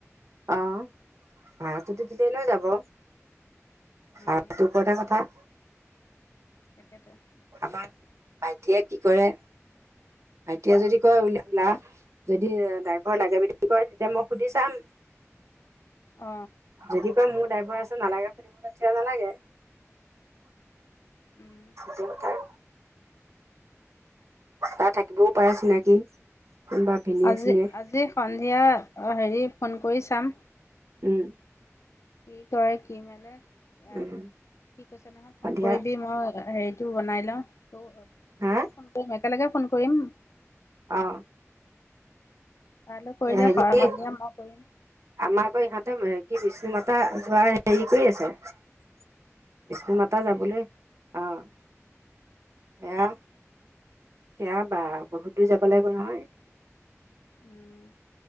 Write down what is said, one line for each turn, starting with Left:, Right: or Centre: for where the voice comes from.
Right: অ ভাৰাটোতো দিলে এনেও যাব,
Left: উম,
Right: ভাৰাটোৰ ওপৰতহে কথা।
Left: তাকেইেতো।
Right: আমাৰ ভাইটিয়ে কি কৰে। মাইটি যদি কয় উওল ওলা। যদি ড্ৰাইভৰ লাগে বুলি কয় তেতিয়া মই সুধি চাম।
Left: অ
Right: যদি। মোৰ ড্ৰাইভাৰ আছে নালাগে সুধিবলৈঠয়া নালাগে।
Left: উম,
Right: সটাই। তাৰ থাকিবও পাৰে চিনাকি। কোনোবা ভিনিয়েক
Left: আজি
Right: চিনিয়েক
Left: আজি সন্ধিয়া হেৰি ফোন কৰি চাম।
Right: উম!
Left: কি কৰে কি মেলে কি
Right: উম
Left: কৈছে নহয়
Right: সন্ধিয়া
Left: ফোন কৰিবি মই হেৰি। বনাই ল ত তোৰ
Right: হা
Left: লগো ফোন কৰিম একেলগে ফোন কৰিম।
Right: অ।
Left: তালৈ কৰিলে
Right: হেৰি
Left: সন্ধিয়া মই কৰিম
Right: আমাৰ আকৌ ইহঁতে মে। কি বিষ্ণু মাতা যোৱা হেৰি কৰি আছে। বিষ্ণু মাতা যাবলৈ আহ সেয়া। সেয়া বা বহুত দূৰ যাব লাগিব নহয়।
Left: উম,